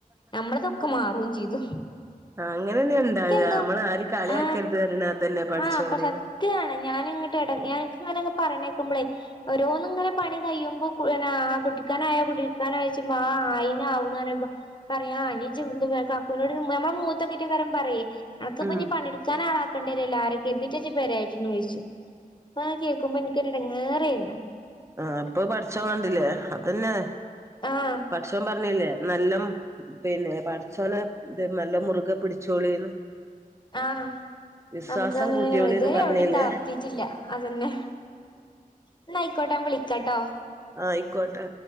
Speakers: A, on the left (about 30°); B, on the right (about 20°).
A: നമ്മളതൊക്കെ മാറും ചെയ്തു
B: ആ അങ്ങനെന്നെ ഉണ്ടാക
A: എനിക്കെന്തോ
B: നമ്മള് ആരും കളിയാക്കരുത്
A: ആ
B: പറയണ അതന്നെ പഠച്ചോന്
A: ആ അപ്പൊ സത്യാണ് ഞാന് ഇങ്ങോട്ട് ഇട ഞാൻ ങ്ങനെ പറയണേക്കുമ്പോൾ ഓരോന്നന്ന് ഇങ്ങനെണി കഴിയുമ്പോ കുട്ടിക്കണായ <unintelligible> കുടിൽക്കാൻ ആയോചെയ്ച്ചുമ്പോ ആ ആ യിന്ന് ആകുന്ന് പറുമ്പ പറയാ അ ഇജ് കക്കുവിനോട് നമ്മുടെ മോത്ത് നോക്കിയിട്ട് പറയേ <unintelligible> അനക്കിപ്പഞ്
B: ആഹ്
A: പണിടുക്കാനാള- ണ്ടേല്ലോ ആരൊ ക്കെരിത്തിട്ട് പേര കാ യിട്ട്ന്ന് ചോദിച്ചു അപ്പൊ അത് കേൾക്കുമ്പോ എനിക് ഇടങ്ങേറ് ആയിരിന്നു
B: ആ ഇപ്പൊ പഠിച്ച കണ്ടില്ലേ അത്ന്നെയ
A: ആഹ്
B: പടച്ചോൻ പറഞ്ഞില്ലേ നല്ല പിന്നെ പടിച്ചോനെ നല്ല മുറുക പിടിച്ചോളിന്ന്
A: ആ
B: വിശ്വാസം
A: നമുക്ക്
B: കൂട്ടിയോളിന്ന്
A: വെറുതെ യവിടെ
B: പറഞ്ഞില്ലേ
A: തളർത്തിട്ടില്ല അതന്നെ ഇന്നാ ആയ്ക ആിക്കോട്ടാ വിളിക്കാട്ടോ
B: ആ ആയിക്കോട്ടെ